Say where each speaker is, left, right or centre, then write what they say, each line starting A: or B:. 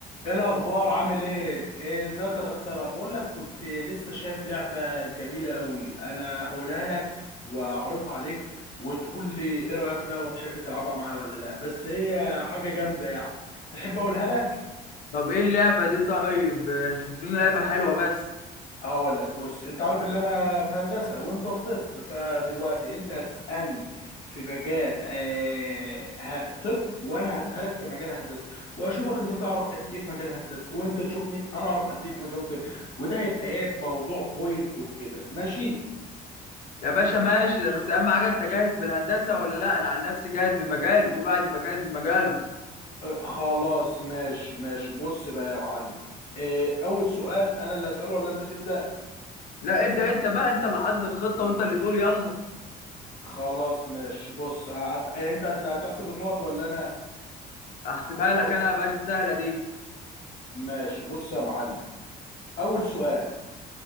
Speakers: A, on the left; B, on the left.
A: ايه الاخبار عامل ايه ايه ازيك يا دكتوره بقول لك كنت لسه شايف لعبه جميله قوي انا هقولها لك واعرضها عليك وتقول لي ايه رايك فيها وتحب تلعبها معايا ولا لا بس هي حاجه جامده يعني تحب اقولها لك
B: طب ايه اللعبة دي طيب آه، شوف لنا لعبة حلوة بس
A: هقول لك بص انت عارف ان انا في هندسه وانت في طب فدلوقتي انت هتسالني في مجال آه ه- طب وانا هسالك في مجال هندسه واشوفك انت تعرف قد ايه في مجال هندسه وانت تشوفني انا اعرف قد ايه في مجال طب وده هيبقى ايه موضوع بوينت وكده ماشي
B: يا باشا ماشي بس اهم حاجة انت جاهز بالهندسة ولا لا انا عن نفسي جاهز بمجالي كل واحد يبقى جاهز بمجاله
A: آه خلاص ماشي ماشي بص بقى يا معلم آه اول سؤال انا اللي هساله ولا انت تبدا
B: لا ابدأ انت بقى انت اللي حاطط الخطة وانت اللي تقول يلا
A: خلاص ماشي بص هت... انت اللي هتحسب النقط ولا انا
B: احسبها لك
A: بص
B: انا يا باشا سهلة دي
A: ماشي بص يا معلم اول سؤال